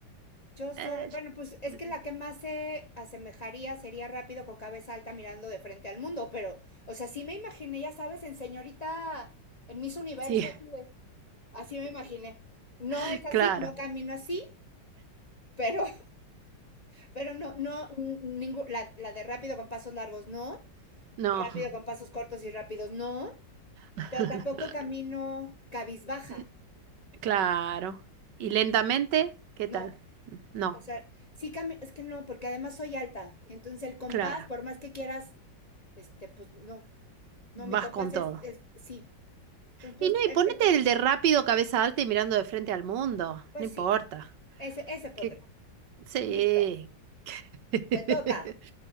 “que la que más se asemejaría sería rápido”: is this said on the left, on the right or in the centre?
Left